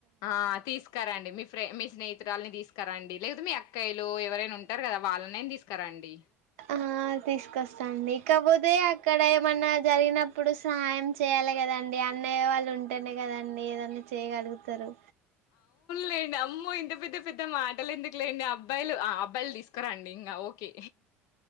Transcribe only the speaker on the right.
ఆ తీసుకొస్తాండి కాకపోతే అక్కడ ఏమన్నా జరిగినప్పుడు సహాయం చేయాలి కదండి అన్నయ్య వాళ్ళు ఉంటేనే కదండి ఏదన్న చేయగలుగుతారు